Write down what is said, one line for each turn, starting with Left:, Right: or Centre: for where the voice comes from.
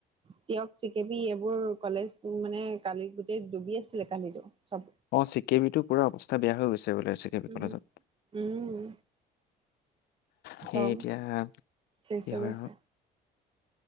Right: টীয়ক, চি কে বি এইবোৰ কলেজ মানে কালি গোটেই ডুবি আছিলে কালিটো চব।
Left: অ' চি কে বি টো পুৰা অৱস্থা বেয়া হৈ গৈছে বোলে চি কে বি
Right: উম
Left: কলেজত।
Right: উম
Left: সেই
Right: চব
Left: এতিয়া,
Right: চেচ
Left: কি
Right: হৈ
Left: হয়
Right: গৈছে
Left: আউ!